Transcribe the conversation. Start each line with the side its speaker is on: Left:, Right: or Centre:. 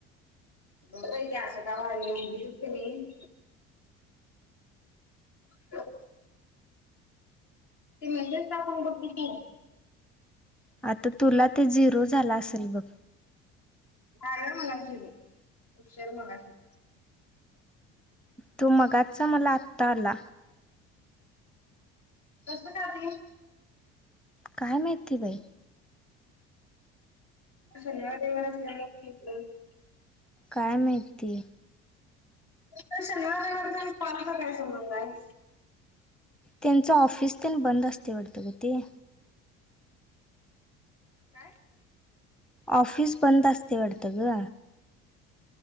Left: ते असं कावा उभीचचते नाही ह ते म्हतेच टा आपण बघकीी त
Centre: आता तुला ते झिरो झाला असेल बघ
Left: झाड मला ठेव उशर मला ठेव
Centre: तो मगाचा मला आत्ता आला
Left: तुस बताते
Centre: काय माहितीती बाई
Left: शनिवार देार अस
Centre: काय माहिती
Left: तर शनिवाराकड कोराचा काही संबंध आहे
Centre: त्यांच ऑफिस प बंद असते वाटत का ते
Left: हम्म काय
Centre: ऑफिस बंद असते वाटतं ग